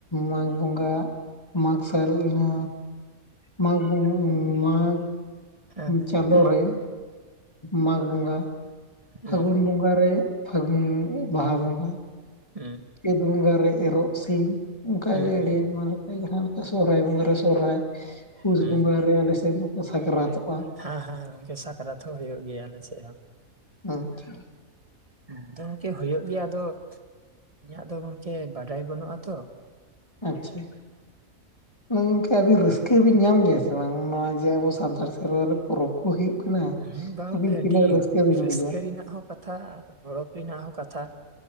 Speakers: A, on the left (about 20°); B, on the right (about 25°).
A: ᱢᱟᱜᱽ ᱵᱚᱸᱜᱟ ᱢᱟᱜᱽᱥᱚᱨᱩᱞ ᱤᱱᱟ ᱢᱟᱜᱽ ᱵᱚᱝᱜᱟ ᱢᱟᱜᱽ
B: ᱦᱮᱸ
A: ᱪᱟᱸᱫᱳ
B: ᱢᱟ
A: ᱨᱮ ᱢᱟᱜᱽ ᱵᱚᱸᱜᱟ
B: ᱦᱩᱸ
A: ᱯᱷᱟᱹᱜᱩᱱ ᱵᱚᱸᱜᱟ ᱨᱮ ᱯᱷᱟᱹᱜᱩᱱ ᱵᱟᱦᱟ ᱵᱚᱸᱜᱟ
B: ᱦᱮᱸ
A: ᱪᱟᱹᱛ ᱵᱚᱸᱜᱟ ᱨᱮ ᱮᱨᱚᱜ ᱥᱤᱢ ᱚᱱᱠᱟᱜᱮ
B: ᱦᱩᱸ ᱦᱩᱸ
A: ᱟᱹᱰᱤ ᱟᱭᱢᱟ ᱞᱮᱠᱟ ᱡᱟᱦᱟᱸ ᱞᱮᱠᱟ ᱥᱚᱨᱦᱟᱭ ᱵᱚᱸᱜᱟ ᱨᱮ ᱥᱚᱦᱨᱟᱭ ᱯᱩᱥ
B: ᱦᱩᱸ
A: ᱵᱚᱸᱜᱟ ᱨᱮ ᱟᱞᱮ ᱥᱮᱫ ᱫᱚᱠᱚ ᱥᱟᱠᱨᱟᱛᱚᱜᱼᱟ
B: ᱦᱮᱸ ᱦᱮᱸ ᱜᱚᱝᱠᱮ ᱥᱟᱠᱨᱟᱛ ᱦᱚᱸ ᱦᱩᱭᱩᱜ ᱜᱮᱭᱟ ᱟᱞᱮ ᱥᱮᱫ ᱦᱚᱸ
A: ᱟᱪᱷᱟ
B: ᱟᱫᱚ ᱜᱚᱝᱠᱮ ᱦᱩᱭᱩᱜ ᱜᱮᱭᱟ ᱟᱫᱚ ᱤᱧᱟᱹᱜ ᱫᱚ ᱜᱚᱝᱠᱮ ᱵᱟᱰᱟᱭ ᱵᱟᱹᱱᱩᱜᱼᱟ ᱛᱚ
A: ᱟᱪᱪᱷᱟ ᱛᱚ ᱜᱚᱝᱠᱮ ᱟᱹᱵᱤᱱ ᱨᱟᱹᱥᱠᱟᱹ ᱵᱤᱱ ᱧᱟᱢ ᱜᱮᱭᱟ ᱥᱮ ᱵᱟᱝ ᱱᱚᱣᱟ ᱡᱮ ᱟᱵᱚ ᱥᱟᱱᱛᱟᱲ ᱥᱮᱨᱣᱟ ᱨᱮ ᱯᱚᱨᱚᱵᱽ ᱠᱚ ᱦᱩᱭᱩᱜ ᱠᱟᱱᱟ
B: ᱦᱮᱸ ᱵᱟᱝ ᱜᱚᱝᱠᱮ
A: ᱟᱹᱵᱤᱱ ᱛᱤᱱᱟᱹᱜ
B: ᱟᱹᱰᱤ
A: ᱨᱟᱹᱥᱠᱟᱹ ᱵᱤᱱ ᱵᱩᱡᱟ
B: <unintelligible> ᱠᱟᱛᱷᱟ ᱟᱨ ᱜᱚᱨᱚᱵ ᱨᱮᱱᱟᱜ ᱦᱚᱸ ᱠᱟᱛᱷᱟ